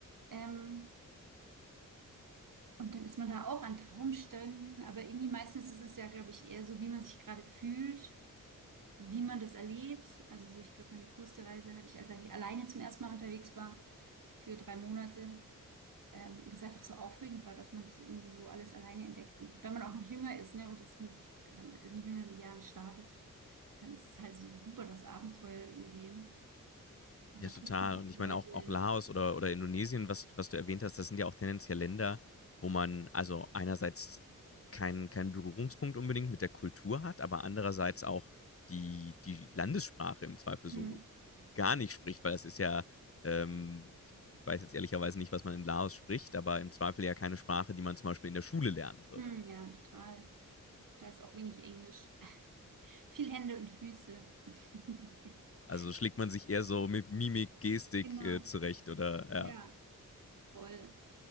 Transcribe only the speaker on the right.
Ähm, und dann ist man da auch an Traumstränden. Aber irgendwie meistens ist es ja, glaube ich, eher so, wie man sich gerade fühlt. wie man das erlebt. Also so, ich glaube, meine coolste Reise hatte ich, als ich alleine zum ersten Mal unterwegs war für drei Monate. Ähm, und es einfach so aufregend war, dass man das irgendwie so alles alleine entdeckt. Und wenn man auch noch jünger ist, ne, und das nicht, wenn man in jüngeren Jahren startet, dann ist es halt so super, das Abenteuer irgendwie. Und da
trifft man auch
Leute.
Hm.
Hm, ja, total. Da ist auch wenig Englisch. <laughs> Viel Hände und Füße. <laughs>
Genau.
Ja, voll.